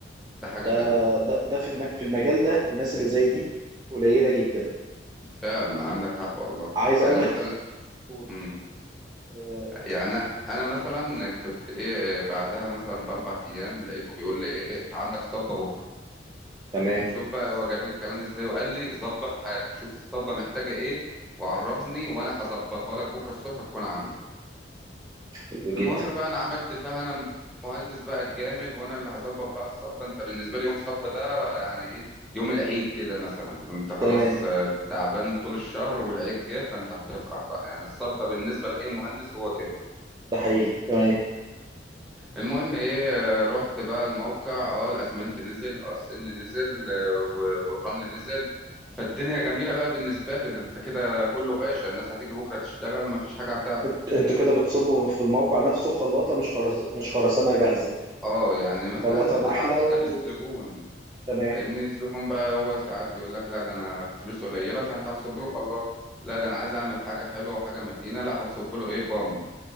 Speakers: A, in the centre; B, on the right.
A: ده حاجه
B: ده
A: حلوه
B: ده ده في الم- في المجال ده الناس اللي زي دي قليلة جدا
A: فعلا عندك حق والله
B: عايز
A: يعني
B: أقول لك
A: مثلا
B: قول
A: امم
B: آه،
A: يعني انا أنا مثلا كنت ايه بعدها مثلا باربع ايام لقيته بيقول لي ايه انت عندك صبه بكره
B: تمام
A: شوف بقى هو جاب لي الكلام ازاي وقال لي ظبط حالك شوف الصبه محتاجه ايه وعرفني وانا هظبطها لك بكره الصبح تكون عندك
B: حلو
A: المهم
B: جدا
A: بقى انا عملت فيها انا المهندس بقى الجامد وانا اللي هظبط بقى الصبه انت بالنسبه لي يوم صبه ده يعني ايه يوم العيد كده مثلا انت خلاص
B: تمام
A: آه، تعبان طول الشهر والعيد جه فانت هتفرح بقى يعني الصبه بالنسبه لاي مهندس هو كده
B: ده حقيقي تمام
A: المهم ايه آه، رحت بقى الموقع اه الاسمنت نزل اه السن نزل آه، و- والرمل نزل فالدنيا جميله بقى بالنسبه لي ده انت كده كله باشا الناس هتيجي بكره تشتغل مفيش حاجه هتعطل
B: انت- انتوا كده بتصبوا في الموقع نفسه خلاطة مش خرس... مش خرسانة جاهزة
A: اه يعني مثلا
B: خلاطة
A: انت بتبقى
B: نحلة
A: على حسب
B: و...
A: الزبون
B: تمام
A: فاهمني الزبون بقى هو ساعات يقول لك لا ده انا فلوسه قليله فانت هتصب له خلاط لا ده انا عايز اعمل حاجه حلوه وحاجه متينه لا هتصب له ايه بامب